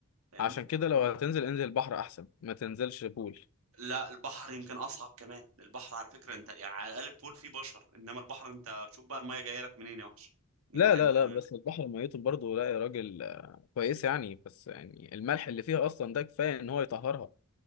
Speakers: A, on the right; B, on the left.
A: فاهمني
B: عشان كده لو هتنزل انزل بحر احسن ما تنزلش بول
A: لا البحر يمكن اصعب كمان البحر على فكره انت يعني على الاقل البول فيه بشر انما البحر انت شوف بقى الميه جايه لك منين يا وحش يعني
B: لا
A: يمكن
B: لا
A: ما
B: لا بس البحر ميته برضه لا يا راجل آه، كويس يعني بس يعني الملح اللي فيها اصلا ده كفايه ان هو يطهرها